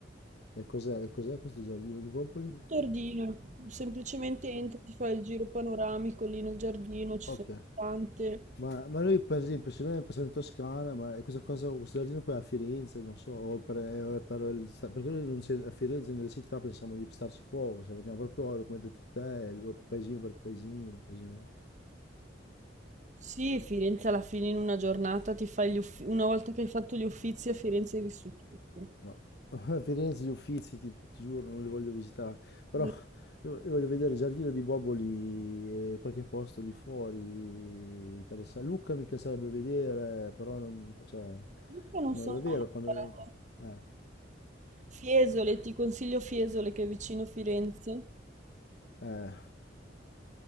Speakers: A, on the left; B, on the right.
A: E cos'è, e cos'è questo giardino di Popoli?
B: Giardino, semplicemente entri, ti fai il giro panoramico lì nel giardino, ci
A: Ok.
B: sono tante
A: Ma, ma lui per esempio se noi passiamo in Toscana, ma questa cosa, questo giardino qui è a Firenze, non so, o per, eh, o è per il- perché noi non c'è- a Firenze nelle città pensiamo di starci fuoco, cioè andiamo proprio come hai detto te, lo- paesino per paesino, così no?
B: Sì, Firenze alla fine in una giornata ti fai gli uffizi, una volta che hai fatto gli uffizi a Firenze hai vissuto tutto.
A: No, <laughs> a Firenze gli Uffizi ti, ti giuro non li voglio visitare, però
B: Mm.
A: io, io voglio vedere il giardino di Boboli e qualche posto lì fuori, interessante. Lucca mi piacerebbe vedere, però non, cioè,
B: Io non
A: non
B: sono
A: davvero
B: mai
A: quando...
B: stata.
A: Eh,
B: Fiesole, ti consiglio Fiesole che è vicino Firenze.
A: eh.